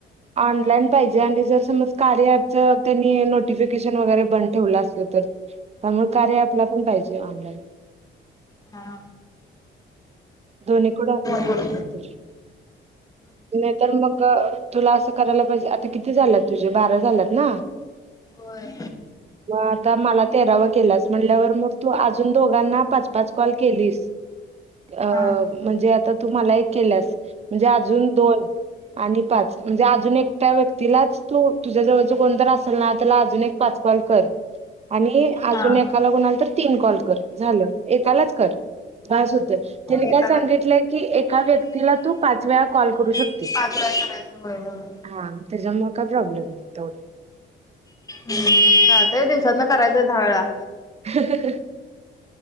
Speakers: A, on the right; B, on the left.
A: ऑनलाइन पाहिजे आणि जर समज कार्य ॲप त्यांनी नोटिफिकेशन वगैरे बंद ठेवल असल तर त्यामुळेच. कार्य आपल्या पण पाहिजे ऑनलाईन
B: हा.
A: दोन्हीकड ऑनलाईन
B: करू
A: नसल तर नाही तर मग तुला असं करायला पाहिजे आता किती? किती झाल्यात तुझे बारा झाल्यात ना?
B: होय
A: मग आता मला तेरावा केलाच. म्हणल्यावर मग तू अजून दोघांना पाच पाच कॉल केलीस. अ
B: हा
A: म्हणजे आता तुम्हाला एक केल्यास म्हणजे अजून दोन आणि पाच म्हणजे अजून एकट्या व्यक्तीलाच तू तुझ्या जवळच कोणतर असल ना त्याला अजून एक पाच कॉल कर आणि अजून
B: हा
A: एकाला कोणाला तर तीन कॉल कर झालं एकालाच कर बास होत. त्यांनी
B: एकालाच
A: काय सांगितलंय की एका व्यक्तीला तू पाच वेळा कॉल करू शकतेस.
B: पाच वेळा करायचं होय होय.
A: हा त्याच्यामुळे काय प्रॉब्लेम नाही तेवढ.
B: हं चालतय दिवसातन करायचंय दहा वेळा
A: हहह